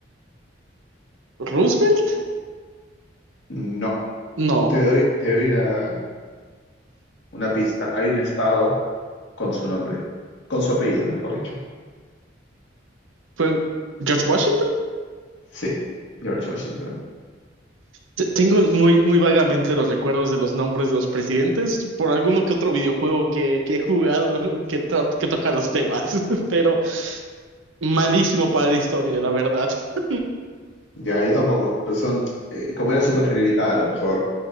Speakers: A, on the right; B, on the left.
A: ¿Roosevelt?
B: No,
A: No.
B: te doy, te doy una, una pista. Hay un estado con su nombre, con su apellido, mejor dicho.
A: ¿Fue George Washington?
B: Sí, George Washington.
A: T- Tengo muy, muy vagamente los recuerdos de los nombres de los presidentes por alguno que otro videojuego que, que he jugado <laughs> que, to- que toca los temas, <laughs> pero malísimo para la historia, la verdad. <laughs>
B: Ya, yo tampoco, pero son, eh, como era súper genérica, a lo mejor